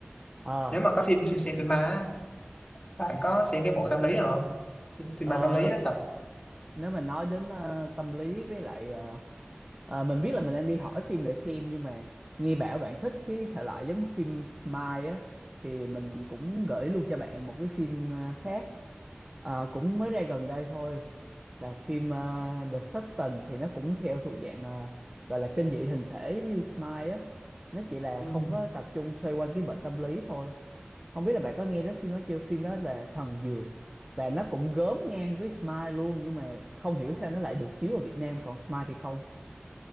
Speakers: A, on the right; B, on the left.
A: ờ
B: nếu mà có phim xem phim ma á bạn có xem cái bộ tâm lý nào không phim
A: ờ,
B: ma tâm lý á
A: nếu mà nói đến ờ, tâm lý với lại ờ, ờ, mình biết là mình đang đi hỏi phim để xem nhưng mà nghe bảo bạn thích cái thể loại giống như phim Smile á thì mình cũng gửi luôn cho bạn một cái phim ờ, khác Ờ, cũng mới ra gần đây thôi là phim ờ, The Substance thì nó cũng theo thuộc dạng ờ, gọi là kinh dị hình thể giống như Smile á nó chỉ là
B: tập
A: không có tập trung xoay quanh cái bệnh tâm lý thôi không biết là bạn có nghe đến phim đó chưa phim đó là Thần Dược và nó cũng gớm ngang với Smile luôn nhưng mà không hiểu sao nó lại được chiếu ở Việt Nam còn Smile thì không